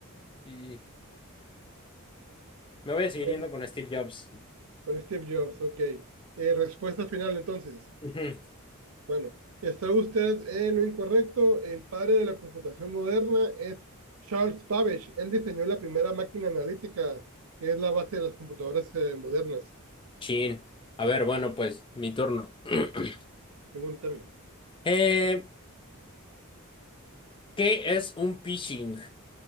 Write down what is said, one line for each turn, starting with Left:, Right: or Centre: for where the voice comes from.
Left: Y me voy a seguir
Right: Pues,
Left: yendo con Steve Jobs.
Right: con Steve Jobs, ok. Eh, respuesta final entonces.
Left: Ujú.
Right: Bueno, está usted en lo incorrecto. El padre de la computación moderna es Charles Babbage. Él diseñó la primera máquina analítica, que es la base de las computadoras eh, modernas,
Left: Chin. A ver, bueno, pues, mi turno. <clears throat>
Right: según también.
Left: Eh, ¿qué es un phishing?